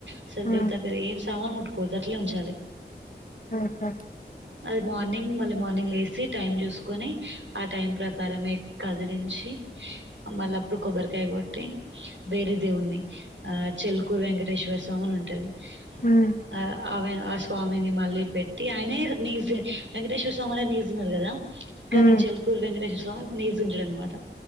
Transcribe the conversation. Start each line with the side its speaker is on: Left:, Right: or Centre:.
Right: అసలు
Left: ఉమ్
Right: దేవుడు దగ్గర పోయేసి సామాను ముట్టుకోవద్దు అట్లే ఉంచాలి.
Left: ఆహ
Right: అది మార్నింగ్ మళ్ళీ మార్నింగ్ లేసి టైం చూస్ కొని ఆ టైంల ప్రకారమే కదిలించి మళ్ళప్పుడు కొబ్బరికాయ కొట్టి వేరే దేవుణి చెల్కూరు వెంకటేశ్వర స్వామి అని ఉంటది.
Left: హ్మ్
Right: ఆ అవే స్వామిని మళ్ళీ పెట్టి ఆయనే నజ వెంకటేశ్వర స్వామి నిజినారు కదా కానీ
Left: హ్మ్
Right: చెల్కూరు వెంకటేశ్వర స్వామి నివసించాడు అన్నమాట